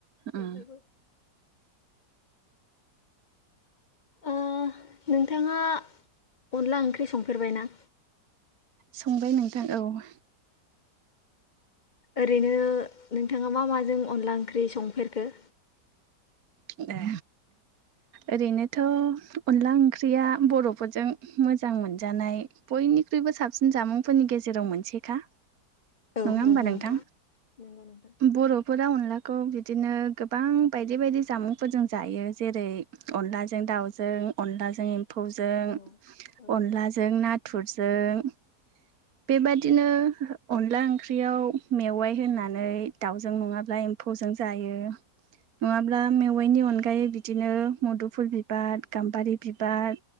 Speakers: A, on the right; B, on the left.
A: उम
B: बेवहायबो ओ नोंथाङा अनला ओंख्रि संफेरबाय ना
A: संबाय नोंथां औ
B: ओरैनो नोंथाङा मा माजों अनला ओंख्रि संफेरखो
A: ए ओरैनोथ' अनला ओंख्रिया बर'फोरजों मोजां मोनजानाय बयनि निख्रुइबो साबसिन जामुंफोरनि गेजेराव मोनसेेखा
B: औ
A: नङा होमबा
B: नंगौ
A: नोंथां
B: नंगौ नोंथां
A: बर'फोरा अनलाखौ बि दिनो गोबां बायदि बायदि जामुंफोरजों जायो जेरै अनलाजों दाउजों अनलाजों एम्फौजों
B: औ औ
A: अनलाजों नाथुरजों
B: <inaudible>
A: बेबादिनो अनला ओंख्रियाव मेवाइ होनानै दाउजों नङाब्ला एम्फौ जों जायो नङा ब्ला मेवाइनि अनगायै बिदिनो मुदुफुल बिबार गाम्बारि बिबार